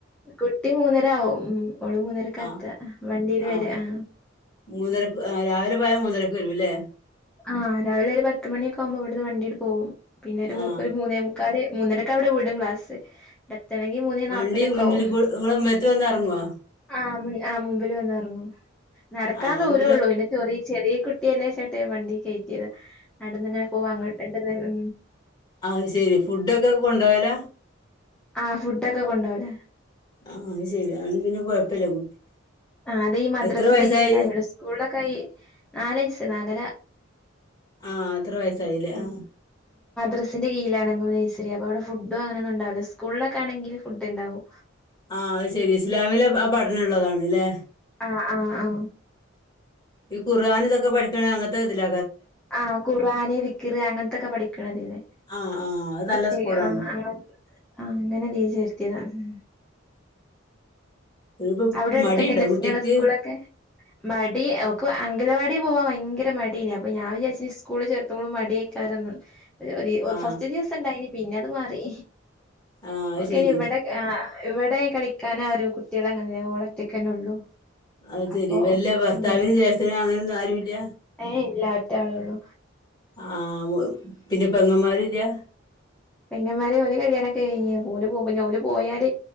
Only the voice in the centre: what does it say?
കുട്ടി മൂന്നര ആകവും ഉ ഒഓള് മൂന്നരക്ക
എത്ത വണ്ടിൽ
വരാ ആ
ആഹ് രാവിലെ ഒരു പത്ത് മണിയൊക്കെ ആവുമ്പോ അവിടുന്ന് വണ്ടീയിട്ട പോവുംും പിന്നെ
ഒരു മൂന്നേ മൂന്നരക്കെ അവിടെ പോയിടും ക്ലാസ് ണങ്കി മൂന്ന
നാല്പ്പതൊക്കെ
ആാവും
ആ ആഹ മുമ്പിൽ വന്ന ഇറങ്ങും നടക്കാൻ
ദൂരമള്ളൂ പിന്നെ ചെറിയ ചെറിയ കുട്ടിയല്ലേ ചേട്ട വണ്ടി കയറ്റിയത് അടുന്ന് ഇങ്ങനെ പോവാ അങ്ങട്ട് ഉ
ആ ഫുഡ് ഒക്കെ കൊണ്ടപോലെ
ആ അത ഈ മദ്രാസിന്റെ
കീയിലയളൂ സ്കൂളിലൊക്കെ നാലയ നാലര
ഉ
്രസിന്റെ കീഴാണ്പോ നഴസ അപ്പ അവിടെ ഫുഡും അങ്ങനെന്ന ഉണ്ടാവല്ല സ്കൂിലൊക്കെ ആെങ്ക ഫു് ഉണ്ടാവും
ആഹ ആഹ ആഹ
ആഹ ഖുറആാന വിക്ർ അങ്ങനത്തൊക്കെ പഠിക്കണതില്ലേ
കുട്ടിക
ആഹ ആ അങ്ങനെ തീച്ചരുത്തിയതാ ഉ
അവിടെ അടുത്തൊക്കെ
സ്കൂളൊക്കെ മടി ഇപ്പൊ അംഗലവാടി പോവാൻ ഭയങ്കര മടീനെ അപ്പൊ ഞാൻ വിചാച്ച സ്കൂിൽ ചേർത്തോൾ മിയക്കാരന്ന് ര് ഒരീ
ഫസ്റ്റ് ദിവസം ഉണ്ടായിന് പിന്നെ അത് മാറി
ഓക്കെ
ഇവിടെ ആ ഇവിടെ കളിക്കാന ആ ഒരു കുട്ടികള അങ്ങനെയ ഓളറ്റക്കന്നെ ഉള്ളൂ
അപ്പൊ
ഉം
ഇല്ല ഒറ്റ ആളള്ളു
പെങ്ങന്മാരെ ഓലെ കല്യാണംക്കെ കഴിഞ് ഓല് പോ ഓല് പോയാല്